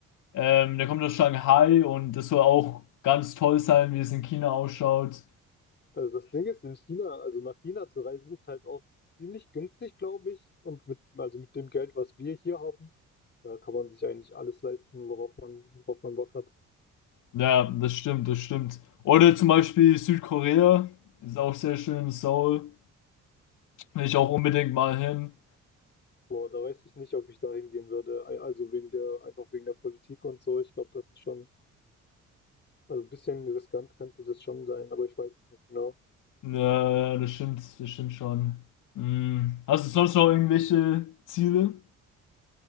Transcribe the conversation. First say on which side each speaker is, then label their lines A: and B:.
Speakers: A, on the left; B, on the left.
A: Ähm, der kommt aus Shanghai und das soll auch ganz toll sein, wie es in China ausschaut.
B: Also das Ding ist, in China, also nach China zu reisen, ist halt auch ziemlich günstig, glaube ich. Und mit, also mit dem Geld, was wir hier haben, da kann man sich eigentlich alles leisten, worauf man, worauf man Bock hat.
A: Ja, das stimmt, das stimmt. Oder zum Beispiel Südkorea, ist auch sehr schön, Seoul, will ich auch unbedingt mal hin.
B: Boah, da weiß ich nicht, ob ich da hingehen würde. Ei- Also wegen der, einfach wegen der Politik und so. Ich glaube, das ist schon, also ein bisschen riskant könnte das schon sein, aber ich weiß es nicht genau.
A: Ja, das stimmt, das stimmt schon. Hm. Hast du sonst noch irgendwelche Ziele?